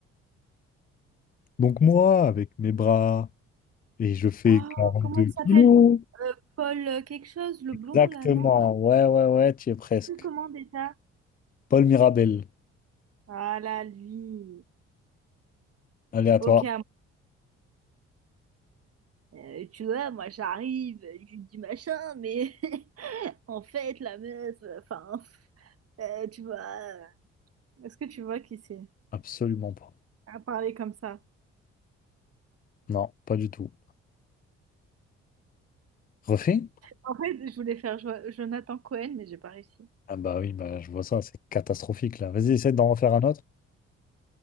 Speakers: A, on the left; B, on the right.
A: Donc moi, avec mes bras, et je fais
B: Oh,
A: 42
B: comment il s'appelle?
A: kilos.
B: Euh, Paul euh, quelque chose, le
A: Exactement.
B: blond là, non?
A: Ouais, ouais, ouais, tu y es presque.
B: Je sais Comment déjà?
A: Paul Mirabel.
B: Voilà, lui.
A: Allez, à toi.
B: Ok, Euh, tu vois, moi j'arrive, euh, je dis machin, mais <laughs> en fait, la meuf, euh, enfin, pff, euh, tu vois, euh, Est-ce que tu vois qui c'est
A: Absolument pas.
B: à parler comme ça?
A: Non, pas du tout. Refait?
B: En fait, je voulais faire Jo- Jonathan Cohen, mais j'ai pas réussi.
A: Ah bah oui, bah je vois ça, c'est catastrophique là. Vas-y, essaie d'en refaire un autre.